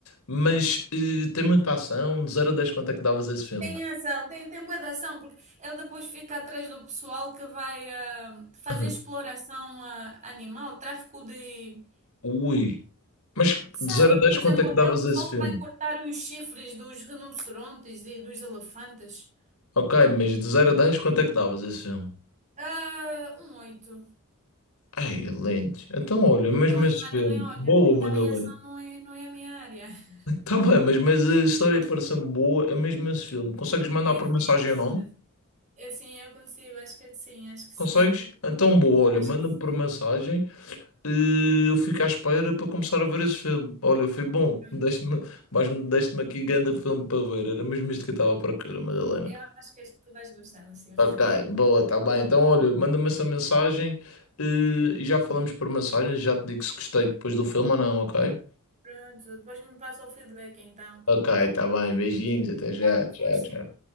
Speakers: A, on the left; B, on the right.
A: mas eh, tem muita ação. De zero a 10 quanto é que davas a esse filme?
B: Tem ação, tem, tem bué de ação, porque ele depois fica atrás do pessoal que vai ah, fazer
A: <laughs>
B: exploração ah, animal, tráfico de.
A: Ui. Mas
B: Sabe,
A: de zero a 10
B: por exemplo,
A: quanto é que
B: aquele
A: davas
B: pessoal
A: a esse filme?
B: que vai cortar os chifres dos rinocerontes e dos elefantes.
A: Ok, mas de zero a 10 quanto é que davas a esse filme?
B: Ah, um oito.
A: Ai, lentes. Então, olha, mesmo
B: Um oito,
A: esse
B: mas
A: filme.
B: também olha,
A: Boa,
B: porque
A: Madalena.
B: também ação não é, não é a minha área. <laughs>
A: Tá bem, mas, mas a história parece me boa, é mesmo esse filme. Consegues mandar
B: É
A: por
B: fixe.
A: mensagem o nome?
B: Eu, sim, eu consigo, acho que é sim, acho que sim.
A: Consegues? Então, boa, olha,
B: Acho
A: manda-me
B: que sim.
A: por mensagem e eu fico à espera para começar a ver esse filme. Olha, foi bom.
B: Pronto.
A: <laughs> Deste-me, vais-me, deste-me aqui grande filme para ver. Era mesmo isto que eu estava à procura, Madalena.
B: Eu acho que este tu vais gostar, Lucio.
A: Ok, boa, tá bem. Então, olha, manda-me essa mensagem eh, e já falamos por mensagem. Já te digo se gostei depois do filme ou não, ok?
B: Pronto, depois me passa o feedback então.
A: Ok, tá bem. Beijinhos, até já.
B: Vá,
A: Tchau,
B: força.
A: tchau.